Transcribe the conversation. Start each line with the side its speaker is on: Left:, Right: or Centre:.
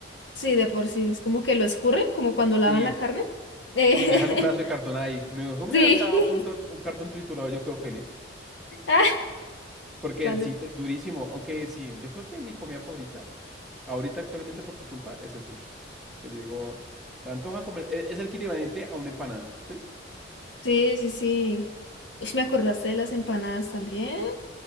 Left: sí, de por sí. Es como que lo escurren, como cuando lavan
Centre: Sí,
Left: la carne. Eh,
Centre: y dejan un pedazo de cartón ahí. Me dijo, me
Left: <laughs> sí.
Centre: han dado un, tra-
Left: <laughs>
Centre: un cartón triturado, yo quedo feliz.
Left: Ah,
Centre: Porque
Left: plan
Centre: sí,
Left: de-
Centre: te- durísimo. Aunque sí, yo creo que mi comida favorita, ahorita actualmente por tu culpa, es el sushi. Que yo digo, se antoja comer, e- es, el equivalente a una empanada, ¿sí?
Left: Sí, sí, sí. Ush, me acordaste de las empanadas también.